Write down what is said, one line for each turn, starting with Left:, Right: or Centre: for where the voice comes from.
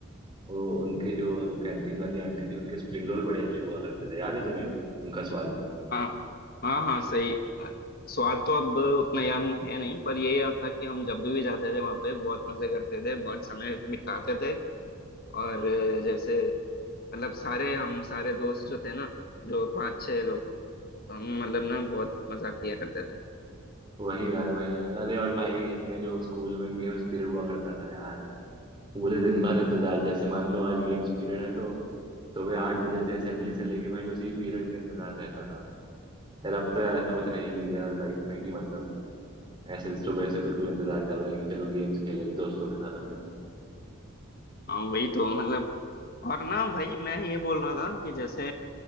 Right: वो उनके जो कैंटीन वाली आंटी थी उनके स्प्रिंग रोल बड़े अच्छे हुआ करते थे याद है तुम्हें उनका स्वाद
Left: हाँ हाँ हाँ सही अ, स्वाद तो अब उतना याद है नहीं पर ये याद था कि हम जब भी भी जाते थे वहाँ पे बहुत मजे करते थे बहुत समय बिताते थे और अ, जैसे मतलब सारे हम सारे दोस्त जो थे ना जो पांच छह लोग तो हम मतलब ना बहुत मजा किया करते थे
Right: वही यार वही यार अरे और भाई अपने जो स्कूल में गेम्स पीरियड हुआ करता था यार पूरे दिन भर इंतजार जैसे मान लो आज गेम्स पीरियड है तो सुबह आठ बजे से असेंबली से लेके भाई उसी पीरियड का इंतजार रहता था यार अब तो यार ऐसा कुछ रह ही नहीं गया लाइफ में कि मतलब ऐसे सुबह से बिल्कुल इंतजार कर रहे हैं कि चलो गेम्स खेलेंगे दोस्तों के साथ अपने
Left: हाँ वही तो मतलब और ना भाई मैं ये बोल रहा था कि जैसे